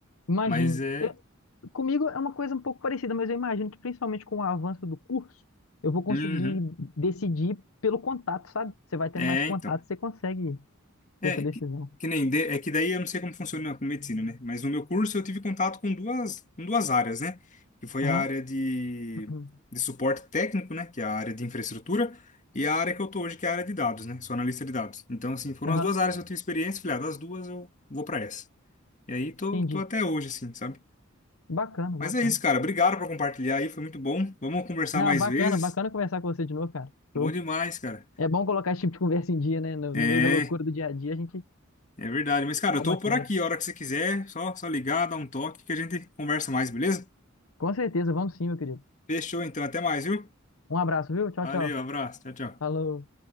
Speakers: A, on the left; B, on the left.
A: Imagino.
B: Mas é.
A: Eu- Comigo é uma coisa um pouco parecida, mas eu imagino que principalmente com o avanço do curso, eu vou conseguir
B: Uhum.
A: decidir pelo contato, sabe? Você vai tendo
B: É,
A: mais contato,
B: então.
A: você consegue
B: É
A: ter essa decisão.
B: que, que nem de- é que daí eu não sei como funciona com medicina, né? Mas no meu curso eu tive contato com duas com duas áreas, né? Que foi
A: Aham,
B: a área de,
A: <clears throat>
B: de suporte técnico, né? Que é a área de infraestrutura e a área que eu tô hoje, que é a área de dados, né? Sou analista de dados. Então assim, foram
A: aham,
B: as duas áreas que eu tive experiência, falei, ah, das duas eu vou para essa. E aí tô
A: entendi.
B: tô até hoje assim, sabe?
A: Bacana,
B: Mas
A: bacana.
B: é isso, cara. Obrigado por compartilhar aí, foi muito bom. Vamos conversar
A: Não,
B: mais
A: bacana,
B: vezes.
A: bacana conversar com você de novo, cara.
B: Bom
A: Show.
B: demais, cara.
A: É bom colocar esse tipo de conversa em dia, né? No,
B: É,
A: no meio da loucura do dia a dia, a gente
B: É verdade. Mas, cara,
A: dá
B: eu
A: uma
B: tô por
A: quebra.
B: aqui. A hora que você quiser, só, só ligar, dar um toque que a gente conversa mais, beleza?
A: Com certeza, vamos sim, meu querido.
B: Fechou, então. Até mais, viu?
A: Um abraço, viu? Tchau,
B: Valeu,
A: tchau.
B: abraço. Tchau, tchau.
A: Falou.